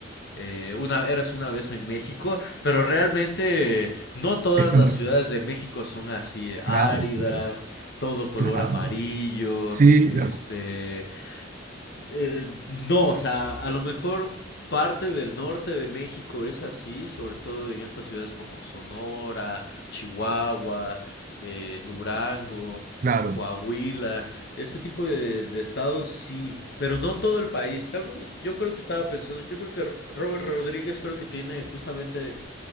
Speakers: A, on the left; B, on the right.
A: eh, una, eras una vez en México. Pero realmente no todas
B: Es
A: las
B: fantasioso.
A: ciudades de México son así eh, áridas.
B: Claro, claro,
A: Todo color
B: claro.
A: amarillo.
B: Sí,
A: Este.
B: de acu-
A: Eh, no, o sea, a lo mejor parte del norte de México es así, sobre todo en estas ciudades como Sonora, Chihuahua, eh, Durango,
B: claro,
A: Coahuila, este tipo de, de estados sí, pero no todo el país. Tal vez yo creo que estaba pensando, yo creo que Robert Rodríguez creo que tiene justamente